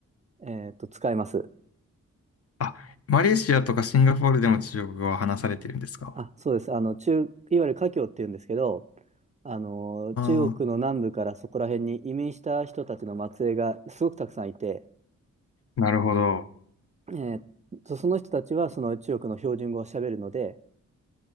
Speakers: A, on the right (about 25°); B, on the left (about 50°).
A: えっと、使えます。
B: あ、マレーシアとかシンガポールでも中国語は話されてるんですか
A: あ、そうです。あの、中、いわゆる華僑っていうんですけど、あの、中国の南部からそこら辺に移民した人たちの末裔がすごくたくさんいて、
B: ああー、なるほど。
A: えっと、その人たちはその中国の標準語を喋るので、